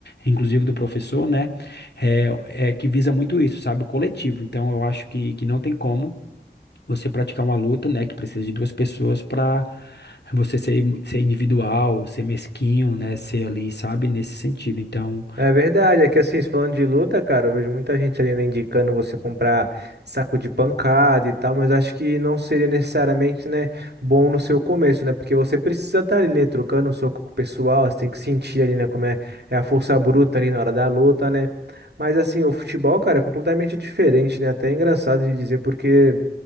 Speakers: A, on the left; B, on the right.
A: inclusive do professor, né, é, é que visa muito isso, sabe, o coletivo. Então, eu acho que, que não tem como você praticar uma luta, né, que precisa de duas pessoas para você ser, ser individual, ser mesquinho, né, ser ali, sabe, nesse sentido. Então,
B: É verdade, é que assim, falando de luta, cara, eu vejo muita gente ali né, indicando você comprar saco de pancada e tal, mas acho que não seria necessariamente, né, bom no seu começo, né? Porque você precisa estar ali, né, trocando um soco com o pessoal, você tem que sentir ali, né, como é, é a força bruta ali na hora da luta, né? Mas assim, o futebol, cara, é completamente diferente, né? Até é engraçado de dizer, porque